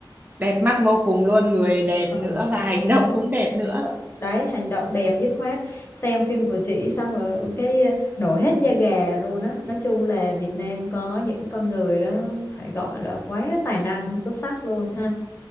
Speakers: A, on the right (about 20°); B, on the left (about 25°).
A: Đẹp mắt vô cùng luôn, người đẹp
B: ừ
A: nữa và hành động cũng đẹp nữa.
B: Ờ, đấy hành động đẹp dứt khoát xem phim của chị xong rồi ừ, cái ờ, nổi hết da gà luôn á nói chung là Việt Nam có những con người đó phải gọi là quá tài năng xuất sắc luôn ha